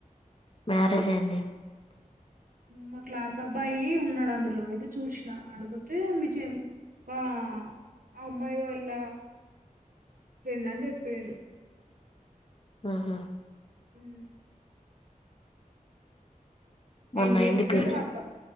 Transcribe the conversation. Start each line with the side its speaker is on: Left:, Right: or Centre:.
Left: మ్యారేజ్ అయింది
Right: మా క్లాస్ అబ్బాయి ఉన్నాడు అందులో అయితే చూసినా అడిగితే మీ చెల్ ఆ అమ్మాయి వాళ్ళ ఫ్రెండ్ అని చెప్పిడు
Left: ఆహా
Right: ఉమ్
Left: మొన్న
Right: ఏం చేస్తాడు
Left: అయింది పెళ్లి
Right: అబ్బా